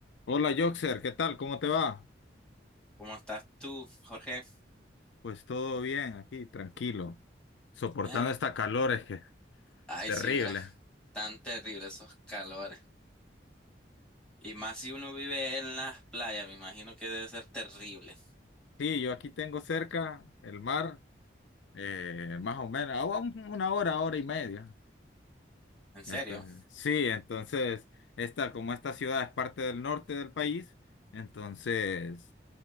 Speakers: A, on the left; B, in the centre.
A: Hola Joxer, ¿qué tal? ¿Cómo te va?
B: ¿Cómo estás tú, Jorge?
A: Pues todo bien aquí, tranquilo, soportando
B: Em,
A: esta calor, es que
B: ay,
A: terrible.
B: si vieras tan terrible esos calores. Y más si uno vive en las playas, me imagino que debe ser terrible.
A: Sí, yo aquí tengo cerca el mar, eh, más o menos, a un- una hora, hora y media.
B: ¿En serio?
A: Entonces, sí, entonces, esta, como esta ciudad es parte del norte del país, entonces,